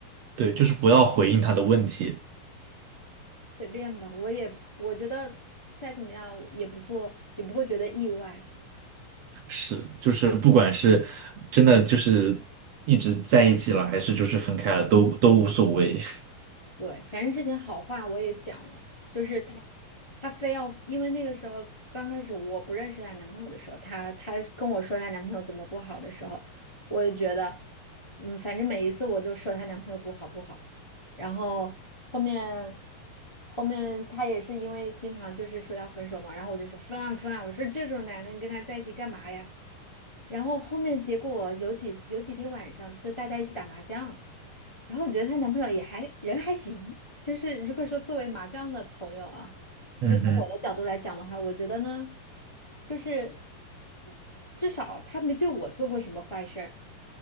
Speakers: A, on the right; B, on the left.
A: 对，就是不要回应他的问题。
B: 随便吧，我也我觉得再怎么样也不做，也不会觉得意外。
A: 是，就是不管是真的就是一直在一起了，还是就是分开了，都都无所谓。
B: 对，反正之前好话我也讲了，就是她，她非要，因为那个时候刚开始我不认识她男朋友的时候，她她跟我说她男朋友怎么不好的时候，我就觉得，嗯，反正每一次我都说她男朋友不好不好，然后后面后面她也是因为经常就是说要分手嘛，然后我就说分啊分啊，我说这种男的你跟他在一起干嘛呀？然后后面结果有几有几天晚上就大家一起打麻将。然后我觉得她男朋友也还人还行，就是如果说作为麻将的朋友啊，
A: <laughs> 嗯哼，
B: 就是从我的角度来讲的话，我觉得呢，就是嗯至少他没对我做过什么坏事儿，